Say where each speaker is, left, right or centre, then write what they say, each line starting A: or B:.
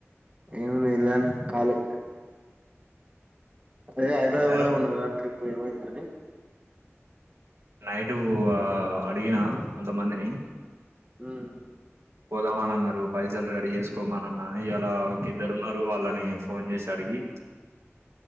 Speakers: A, on the right; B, on the right.
A: నేను మీలానే కాళీ అదే హైదరాబాద్
B: అరో
A: పోదామన్నారు ఆ ట్రిప్ ఏమైందంది అని
B: నైటు ఆ అడిగిన కొంతమందిని
A: ఆ
B: పోదామని అన్నారు పైసలు రెడీ చేస్కోమని అన్నా ఇయలా ఇకిద్దరు ఉన్నారు వాళ్ళని ఫోన్ చేసి అడిగి